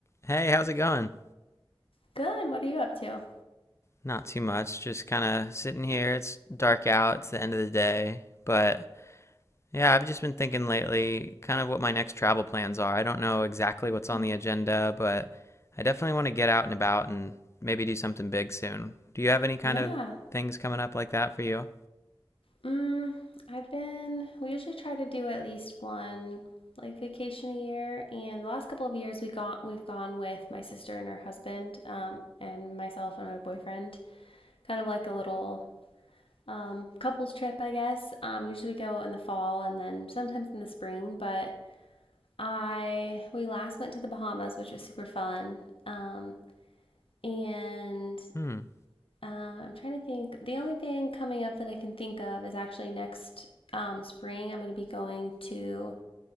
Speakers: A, on the left (about 30°); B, on the left (about 80°).
A: Hey, how's it going?
B: Good. What are you up to?
A: Not too much. Just kind of sitting here. It's dark out. It's the end of the day. But yeah, I've just been thinking lately kind of what my next travel plans are. I don't know exactly what's
B: Hmm.
A: on the agenda, but I definitely want to get out and about and maybe do something big soon. Do you have any kind
B: Yeah.
A: of things coming up like that for you?
B: Mm, I've been, we usually try to do at least one like vacation a year. And the last couple of years we got, we've gone with my sister and her husband, um, and myself and my boyfriend, kind of like a little um, couples trip, I guess. Um, usually we go in the fall and then sometimes in the spring, but I, we last went to the Bahamas, which was super fun. Um, and
A: Hmm.
B: Uh, I'm trying to think. The only thing coming up that I can think of is actually next um, spring. I'm going to be going to,